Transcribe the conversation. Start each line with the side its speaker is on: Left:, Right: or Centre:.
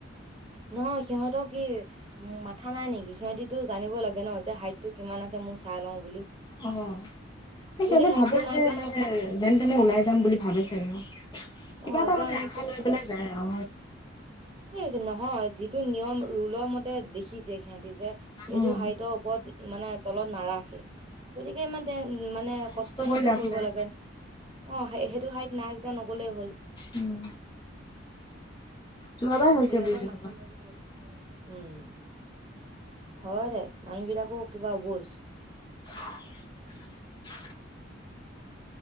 Right: নহয় সিহঁতক কি মাথা নাই নেকি? সিহঁতিতো জানিব লাগে ন যে হাইট টো কিমান আছে মোৰ চাই লওঁ বুলি।
Left: অ। সে
Right: যদি
Left: সিহঁতে
Right: হাইটটো
Left: ভাবো
Right: নাই
Left: যে
Right: কিয়নো
Left: মানে যেনে তেনে ওলাই যাম বুলি ভাবে ছাগে অ। কিবা
Right: অ
Left: এটা
Right: জানো
Left: মানে আশা লৈ পেলাই যায় অ।
Right: হে নহয় যিটো নিয়ম ৰোলৰ মতে দেখিছে সিহঁতি যে এইটো
Left: উম।
Right: হাইটৰ ওপৰত মানে তলত নাৰাখেই। গতিকে ইমানতে মানে
Left: কষ্ট
Right: কষ্টনো
Left: কৰি
Right: কিয়
Left: লাভ
Right: কৰিব
Left: নাই।
Right: লাগে। অ অ সেইটো হাইট নাই যেতিয়া নগলেই হ'ল।
Left: উম। যোৱাবাৰ হৈছে
Right: <unintelligible>
Left: বুলি তেনেকুৱা।
Right: হয় দে মানুহ বিলাকো কিবা বুজ
Left: <unintelligible>